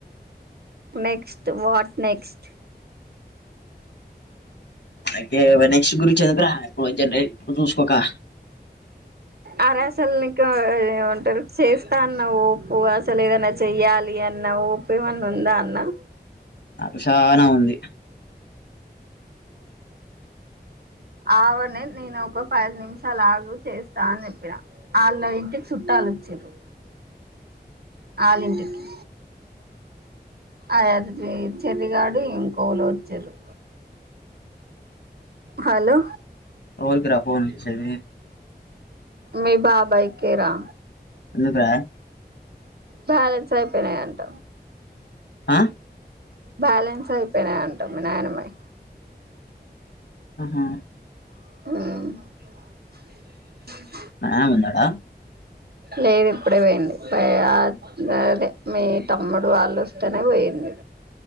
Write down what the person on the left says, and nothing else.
అయితే నెక్స్ట్ గురించి ఎందుకురా ఇప్పుడు జన ఇప్పుడు చూసుకోక
నాకు చానా ఉంది
ఎవనికి రా పోన్ చేసేది
ఎందుకు రా
ఆ
ఆహా
మా నానా ఉన్నడా